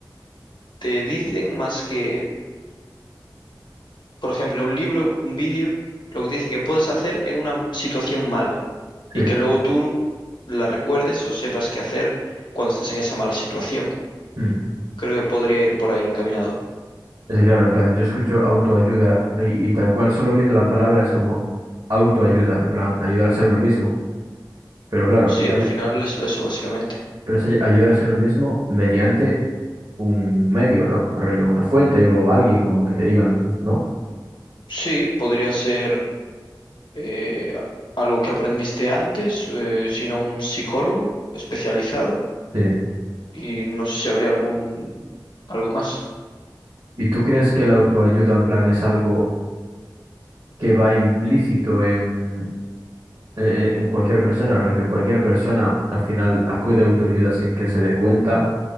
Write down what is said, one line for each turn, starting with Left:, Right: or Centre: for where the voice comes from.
Left: te dicen más que, por ejemplo, un libro, un vídeo, lo que te dice que puedes hacer en una situación mala y
Right: Sí.
Left: que luego tú la recuerdes o sepas qué hacer cuando estás en esa mala situación.
Right: Mm.
Left: Creo que podría ir por ahí encaminado.
Right: Es que, claro, en plan, yo escucho autoayuda y, y tal cual, solo viendo las palabras como autoayuda, en plan, ayudarse a uno mismo. Pero claro,
Left: Sí,
Right: eh,
Left: al final es eso básicamente.
Right: pero es ay- ayudarse a uno mismo mediante un medio, ¿no? Rollo, una fuente o alguien o que te digan, ¿no?
Left: Sí, podría ser eh, algo que aprendiste antes, eh, sino un psicólogo especializado
Right: Sí.
Left: y no sé si habría algún algo más.
Right: ¿Y tú crees que la autoayuda en plan es algo que va implícito en, en, en cualquier persona, rollo? Cualquier persona al final acude a autoayuda sin que se dé cuenta